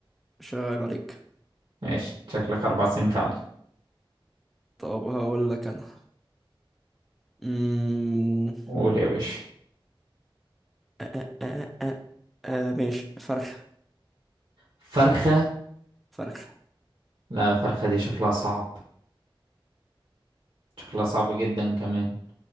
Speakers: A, in the centre; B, on the right (about 70°).
A: مش عيب عليك
B: ماشي شكلك اربع سنين فعلا
A: طب هقول لك انا مم...
B: قول يا باشا
A: آه آه آه آه. آه، ماشي فرخة
B: فرخه
A: فرخة
B: لا الفرخة دي شكلها صعب شكلها صعب جدا كمان